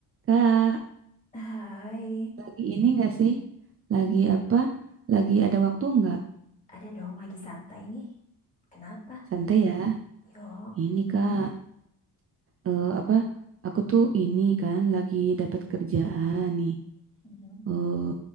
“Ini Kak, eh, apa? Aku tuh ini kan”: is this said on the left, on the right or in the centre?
Right